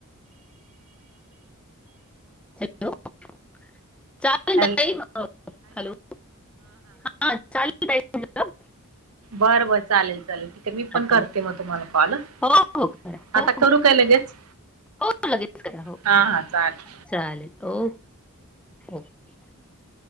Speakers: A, in the centre; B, on the right (about 85°).
A: हॅलो <inaudible> चालेल
B: हॅल
A: तई हॅलो हा चालेल तई <unintelligible> <inaudible>
B: बरं बर चालेल चालेल ठीके मी
A: चालेल.
B: पण करते मग तुम्हाला कॉल
A: हो,
B: <unintelligible>
A: हो. करा. हो,
B: आता
A: हो.
B: करू काय लगेच
A: हो, लगेच करा. हो,
B: हा
A: हो.
B: हा चालेल <inaudible> <unintelligible>
A: चालेल ओ <unintelligible> <inaudible>